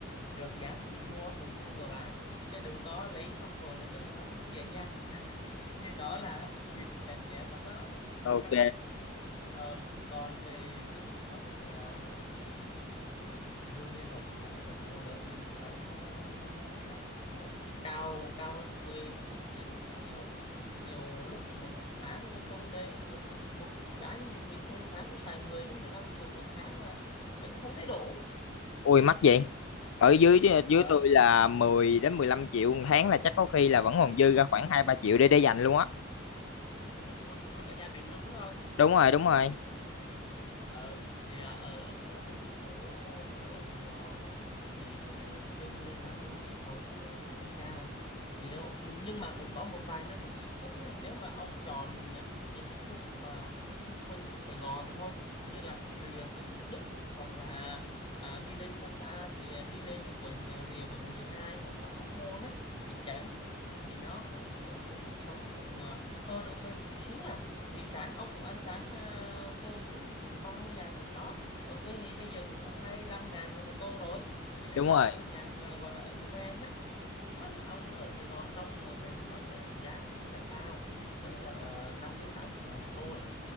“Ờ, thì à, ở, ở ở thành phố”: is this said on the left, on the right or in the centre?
Left